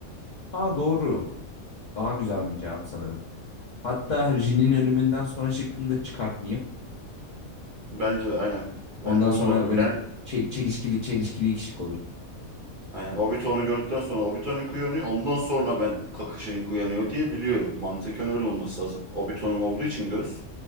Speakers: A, on the left (about 70°); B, on the right (about 55°).
A: aa doğru. Daha güzel bir cevap sanırım. Hatta Jin'in ölümünden sonra şıkkını da çıkartmayayım.
B: Bence de aynen. Bence
A: Ondan
B: onu
A: sonra
B: da koy.
A: böyle
B: Ben
A: çel- çelişkili çelişkili iki şık olur.
B: aynen Obito onu gördükten sonra Obito'nunki uyanıyor. Ondan sonra ben Kakashi'ninki uyanıyor diye biliyorum. Mantıken öyle olması lazım. Obito'nun olduğu için göz.